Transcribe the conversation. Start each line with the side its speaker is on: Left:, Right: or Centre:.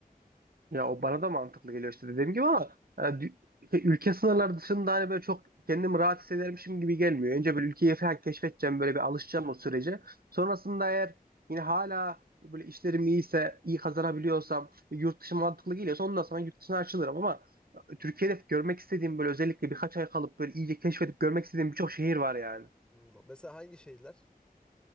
Right: Ya o bana da mantıklı geliyor işte dediğim gibi ama yani dü- şey, ülke sınırları dışında hani böyle çok kendimi rahat hissedermişim gibi gelmiyor. Önce böyle ülkeyi falan keşfedeceğim böyle bir alışacağım o sürece. Sonrasında eğer yine hala böyle işlerim iyiyse, iyi kazanabiliyorsam, yurt dışı mantıklı geliyorsa ondan sonra yurt dışına açılırım ama e, Türkiye'de görmek istediğim böyle özellikle birkaç ay kalıp böyle iyice keşfedip görmek istediğim birçok şehir var yani.
Centre: Hmm, Mesela hangi şeyler?